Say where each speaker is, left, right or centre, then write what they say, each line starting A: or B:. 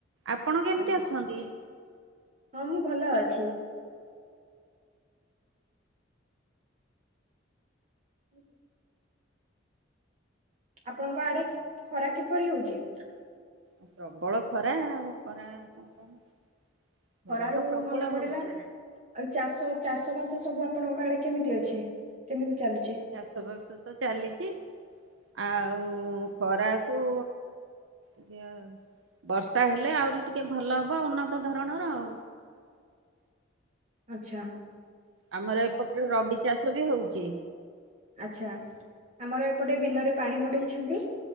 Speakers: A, on the right; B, on the right.
A: ଆପଣ କେମିତି
B: ଆଚ୍ଛା
A: ଅଛନ୍ତି?
B: ହଁ ମୁଁ ଭଲ ଅଛି। ହୁଁ ଆପଣଙ୍କ ଆଡେ ଖରା କିପରି ହଉଛି
A: ଆ ପ୍ରବଳ ଖରା, ଆଉ ଖରା କଣ କହୁଛି। ଖରା
B: ଖରାରୁ
A: ତ ପ୍ରବଳ
B: ମନେ ପଡିଲା
A: ହଉଛି।
B: ଆଉ ଚାଷ, ଚାଷ ବାସ ସବୁ ଆପଣଙ୍କ ଆଡେ କେମିତି ଅଛି? କେମିତି ଚାଲୁଛି?
A: ଚାଷ ବାଷ ତ ଚାଲିଛି ଆଉ ଖରାକୁ। ଟିକେ ବର୍ଷା ହେଲେ ଆହୁରି ଟିକେ ଭଲ ହବ ଉନ୍ନତ ଧରଣର ଆଉ।
B: ଆଛା।
A: ଆମର ଏପଟରେ ରବି ଚାଷ ବି ହଉଛି।
B: ଆଛା ଆମର ଏପଟେ ବିଲରେ ପାଣି ମଡେଇଛନ୍ତି।